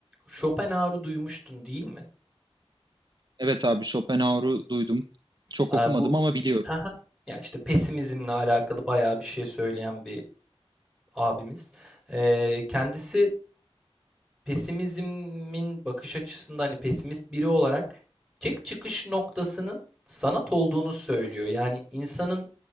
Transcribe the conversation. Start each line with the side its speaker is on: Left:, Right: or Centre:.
Centre: Schopenhauer'u duymuştun değil mi?
Right: Evet abi Schopenhauer'u duydum. Çok
Centre: Aa,
Right: okumadım
Centre: bu
Right: ama biliyorum.
Centre: haha. ya işte pesimizmle alakalı bayağı bir şey söyleyen bir abimiz. Ee, kendisi pesimizmin bakış açısında hani pesimist biri olarak tek çıkış noktasının sanat olduğunu söylüyor. Yani insanın